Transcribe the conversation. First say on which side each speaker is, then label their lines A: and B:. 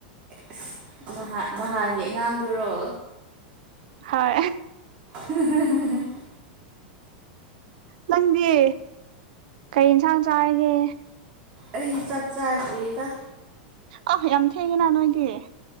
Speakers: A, on the right (about 30°); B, on the right (about 65°).
A: ꯑꯁ ꯅꯍꯥꯟ ꯅꯍꯥꯟꯒꯤ ꯑꯉꯥꯡꯗꯨꯔꯣ
B: ꯍꯣꯏ
A: ꯍꯦ ꯍꯦ ꯍꯦ
B: ꯅꯪꯗꯤ ꯀꯩ ꯏꯟꯁꯥꯡ ꯆꯥꯔꯒꯦ
A: ꯑꯩ ꯆꯥꯛꯆꯥꯖꯔꯤꯗ
B: ꯑ ꯌꯥꯝ ꯊꯦꯡꯉꯦꯅꯍ ꯅꯣꯏꯗꯤ